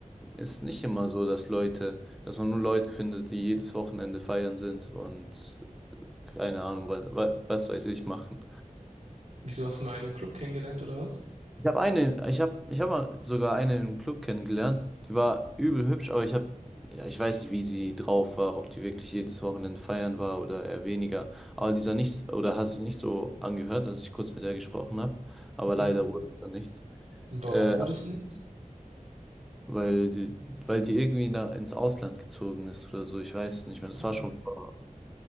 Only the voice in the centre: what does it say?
ist nicht immer so, dass Leute, dass man nur Leute findet, die jedes Wochenende feiern sind und keine Ahnung, was, was, was weiß ich machen.
Ich habe eine, ich habe, ich habe mal sogar eine im Club kennengelernt. Die war übel hübsch, aber ich habe, ja, ich weiß nicht, wie sie drauf war, ob die wirklich jedes Wochenende feiern war oder eher weniger. Aber die sah nicht, oder hat sich nicht so angehört, als ich kurz mit der gesprochen habe. Aber
leider wurde es dann nichts.
Äh,
weil die, weil die irgendwie nach, ins Ausland gezogen ist oder so. Ich weiß es nicht mehr. Das war
schon vor